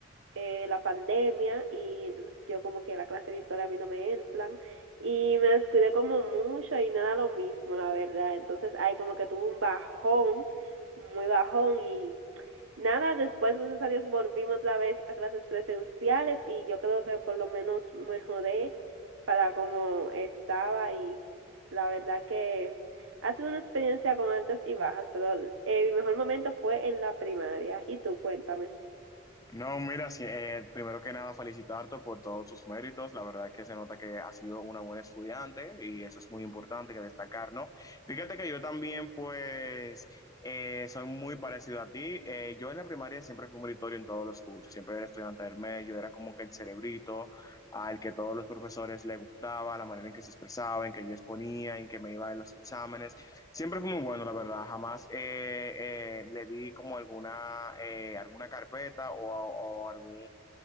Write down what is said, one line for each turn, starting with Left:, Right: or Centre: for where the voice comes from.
Right: eh, la pandemia y entonces yo como que la clase virtual a mí no me entran y me descuidé como mucho y no era lo mismo, la verdad. Entonces ahí como que tuve un bajón, muy bajón y Nada, después, gracias a Dios, volvimos otra vez a clases presenciales y yo creo que por lo menos mejoré para como estaba y la verdad que ha sido una experiencia con altas y bajas, pero eh, mi mejor momento fue en la primaria. Y tú, cuéntame.
Left: No, mira, sí, eh, primero que nada felicitarte por todos tus méritos. La verdad que se nota que has sido una buena estudiante y eso es muy importante que destacar, ¿no? Fíjate que yo también, pues, eh, soy muy parecido a ti. Eh, yo en la primaria siempre fui meritorio en todos los cursos, siempre era estudiante del medio, era como que el cerebrito al que todos los profesores le gustaba, la manera en que se expresaba, en que yo exponía, en que me iba en los exámenes. Siempre fue muy bueno, la verdad. Jamás eh, eh, le di como alguna, eh, alguna carpeta o, o algún,